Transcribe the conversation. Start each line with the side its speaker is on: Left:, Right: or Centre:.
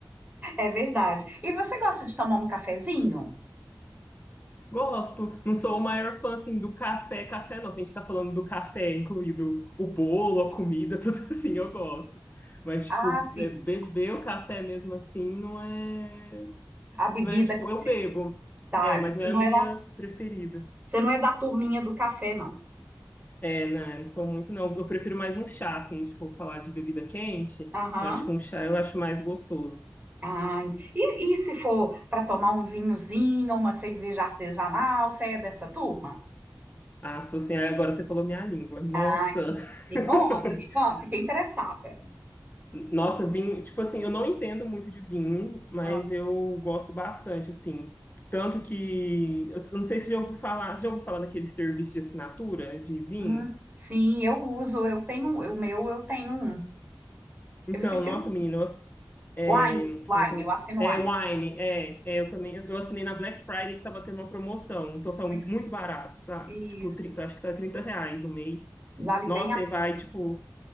Right: é verdade. E você gosta de tomar um cafezinho?
Left: Gosto. Não sou o maior fã, assim, do café. Café não, se a gente tá falando do café, incluído o bolo, a comida, <laughs> tudo assim, eu gosto. Mas,
Right: Ah,
Left: tipo,
Right: sim.
Left: é, beber o café mesmo assim não é.
Right: A bebida
Left: Não é, tipo,
Right: que
Left: eu bebo.
Right: tá.
Left: É,
Right: então
Left: mas
Right: Você
Left: não é
Right: não
Left: a minha
Right: é da,
Left: preferida.
Right: você não é da turminha do café, não.
Left: É, não, não sou muito, não. Eu prefiro mais um chá, assim, se for falar de bebida quente.
Right: Aham.
Left: Eu acho que um chá eu acho mais gostoso.
Right: Ah, en- e, e se for para tomar um vinhozinho, uma cerveja artesanal, você é dessa turma?
Left: Ah, sou assim, aí agora você falou minha língua. Nossa!
Right: Ah, me
Left: <laughs>
Right: conta, me conta, fiquei interessada.
Left: Nossa, vinho, tipo assim, eu não entendo muito de vinho, mas
Right: Ah,
Left: eu gosto bastante, assim. Tanto que, eu não sei se você já ouviu falar, você já ouviu falar daquele serviço de assinatura de vinhos?
Right: hum, sim, eu uso, eu tenho, o meu eu tenho um.
Left: Então,
Right: Eu esqueci
Left: nossa,
Right: o nome.
Left: menina, eu, ass- é,
Right: Wine, Wine,
Left: ah, eu também,
Right: eu assino
Left: é
Right: Wine.
Left: Wine, é, é, eu também, eu assinei na Black Friday que tava tendo uma promoção, então são
Right: Muito
Left: muito barato, tá?
Right: isso,
Left: Tipo, 30, acho que tá 30 reais o mês.
Right: vale bem
Left: Nossa,
Right: a
Left: e vai, tipo,